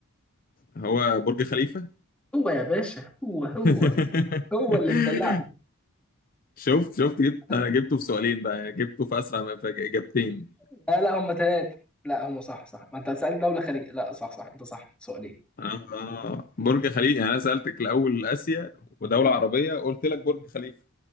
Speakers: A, on the left; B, in the centre.
A: هو برج خليفة
B: هو يا باشا هو هو
A: <laughs>
B: هو اللي مدلعك
A: شفت شفت جبت
B: آه،
A: انا جبته في سؤالين بقى جبته في اسرع ما- في اجابتين
B: لا لا هم ثلاثة لا هم صح صح ما انت هتسألك دولة خليجية لا صح صح انت صح سؤالين
A: آه برج خليفة يعني انا سألتك الاول اسيا ودولة عربية قلت لك برج خليفة